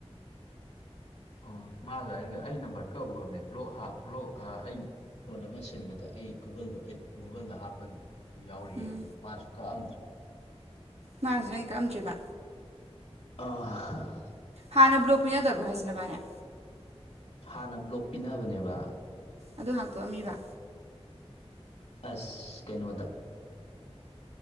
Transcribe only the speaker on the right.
ꯎꯝ
ꯃꯥꯁꯨ ꯅꯪ ꯀꯛꯑꯝꯗ꯭ꯦꯔꯤꯕ
ꯍꯥꯟꯅ ꯕ꯭ꯂꯣꯛꯄꯤꯤ ꯅꯠꯇꯕ꯭ꯔꯣ ꯍꯥꯏꯁꯤꯅꯕꯅꯤ
ꯑꯗꯨ ꯍꯥꯡꯇꯣꯛꯑꯝꯃꯤꯕ